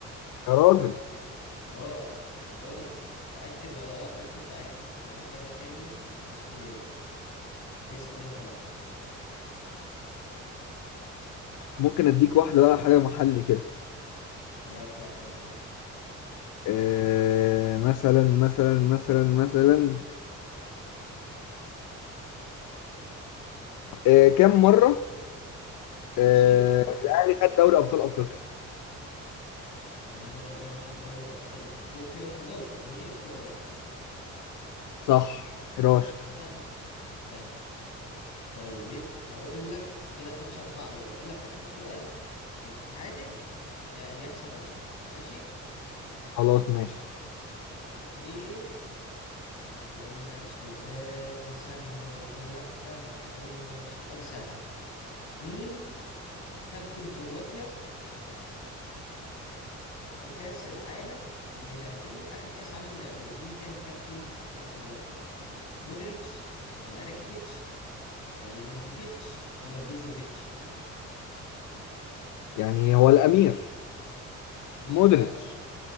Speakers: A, on the left; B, on the left.
A: يا راجل
B: اه انا بقول لك متاكد ولا لا قلت متاكد فالاجابه كانت اشبيليا اسال انت بقى
A: ممكن اديك واحده بقى حاجه محلي كده
B: هات واحده محل
A: آه مثلا مثلا مثلا مثلا آه كم مره
B: ماشي
A: آه الاهلي خد دوري ابطال افريقيا
B: كم مره الاهلي خد دوري ابطال افريقيا 11 من غير اختيارات
A: صح 11
B: سهلة سهلة طيب هقول لك كده خمسة أربعة ليا هقول لك آخر سؤال يا تتعادل يا يكسب أنا ماشي
A: خلاص ماشي
B: إيه هقول لك سؤال سهل ولا لأ هقول لك سؤال سهل مين كابتن كرواتيا في كأس العالم اللي لعبوه آخر كأس عالم لعبوه مين كان الكابتن بتاع كرواتيا مودريتش ولا راكيتيتش ولا مانزوكيتش ولا بروزوفيتش
A: يعني هو الامير
B: مين
A: مودريتش
B: بقى